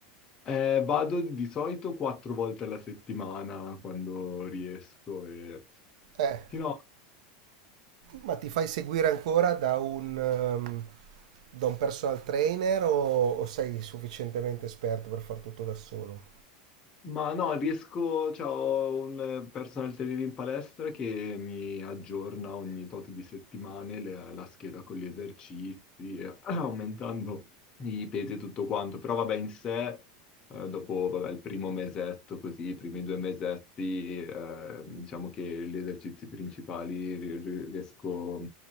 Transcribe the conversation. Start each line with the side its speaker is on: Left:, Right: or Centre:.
Left: Eh, vado di solito quattro volte alla settimana quando riesco e...
Right: Eh.
Left: Sì, no,
Right: Ma ti fai seguire ancora da un, ehm, da un personal trainer o, o sei sufficientemente esperto per far tutto da solo?
Left: Ma no, riesco, cioè, ho un personal trainer in palestra che mi aggiorna ogni tot di settimane le- la scheda con gli esercizi, <clears throat> eh, aumentando i pesi e tutto quanto. Però vabbè, in sé, eh, dopo vabbè, il primo mesetto, così, i primi due mesetti, eh, diciamo che gli esercizi principali ri- ri- riesco,